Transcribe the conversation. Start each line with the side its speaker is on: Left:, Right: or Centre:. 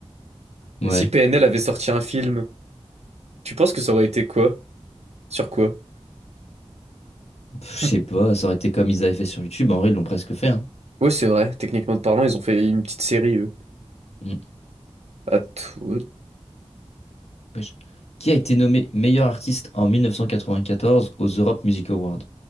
Left: Ouais.
Right: Et si PNL avait sorti un film, tu penses que ça aurait été quoi? Sur quoi?
Left: Pff,
Right: <laughs>
Left: je sais pas, ça aurait été comme ils avaient fait sur YouTube. En vrai, ils l'ont presque fait, hein.
Right: Ouais, c'est vrai, techniquement parlant, ils ont fait une petite série, eux.
Left: Mm.
Right: À tout-
Left: Wesh. Qui a été nommé meilleur artiste en 1994 aux Europe Music Awards?